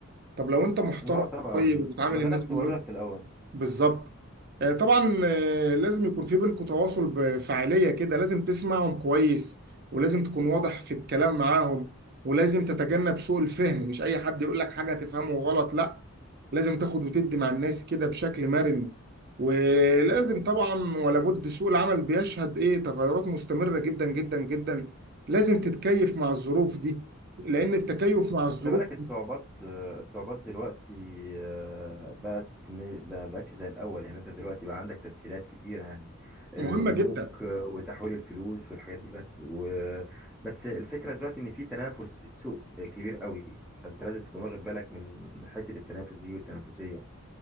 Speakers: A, on the right; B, in the centre.
A: طب لو انت محترم
B: اه طبعا
A: طيب وبتعامل
B: ما ده
A: الناس
B: انا كنت
A: بم-
B: بقول لك في الاول
A: بالظبط آه، طبعا آه، لازم يكون في بينكم تواصل بفعالية كده لازم تسمعهم كويس ولازم تكون واضح في الكلام معاهم ولازم تتجنب سوء الفهم مش اي حد يقول لك حاجة تفهمه غلط لا لازم تاخد وتدي مع الناس كده بشكل مرن ولازم طبعا ولا بد سوق العمل بيشهد ايه تغيرات مستمرة جدا جدا جدا لازم تتكيف مع الظروف دي لأن التكيف مع الظروف
B: خلي بالك الصعوبات آه، الصعوبات دلوقتي آه، بقت م- ما بقتش زي الأول يعني أنت دلوقتي بقى عندك تسهيلات كتيرة يعني البنوك
A: مهمة جدا
B: آه، وتحويل الفلوس والحاجات دي بقت و... بس الفكرة دلوقتي إن في تنافس في السوق كبير قوي فأنت لازم تكون واخد بالك من حتة التنافس دي والتنافسية